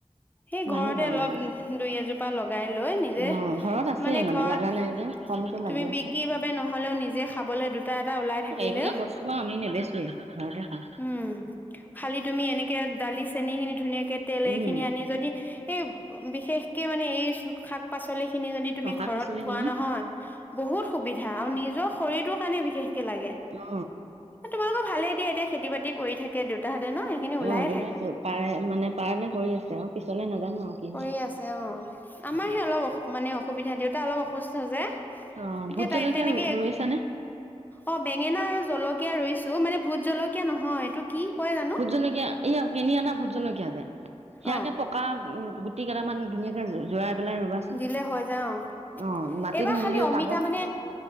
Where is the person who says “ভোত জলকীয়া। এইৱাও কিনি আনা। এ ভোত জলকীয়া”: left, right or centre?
Right